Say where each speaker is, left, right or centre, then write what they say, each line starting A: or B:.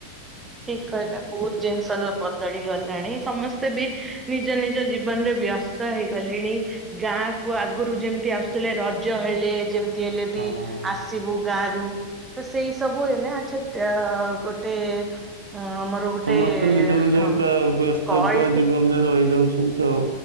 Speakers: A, on the right; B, on the right.
A: ଠିକ୍ କହିଲ ବହୁତ୍ ଜିନିଷ ବଦଳି ଗଲାଣି ସମସ୍ତେ ବି ନିଜ ନିଜ ଜୀବନରେ ବ୍ୟସ୍ତ ହେଇଗଲେଣି ଗାଁ କୁ ଆଗରୁ ଯେମିତି ଆସୁଥିଲେ ରଜ ହେଲେ ଯେମି ତି ହେଲେ ବି
B: ହଁ।
A: ଆସିବୁ ଗା ରୁ ତ ସେଇ ସବୁ ହୁଏ ନା ଆଚ୍ଛା ଟା ଗୋଟେ ଅ ମୋର ଗୋଟେ
B: ସମସ୍ତେ ନିଜ ନିଜ
A: ହଁ
B: ପ୍ରାୟ ବ୍ୟସ୍ତତା
A: କଲଟେ
B: ଜୀବନରେ ରହିଯାଉଛି ନ୍ତି ଆଉ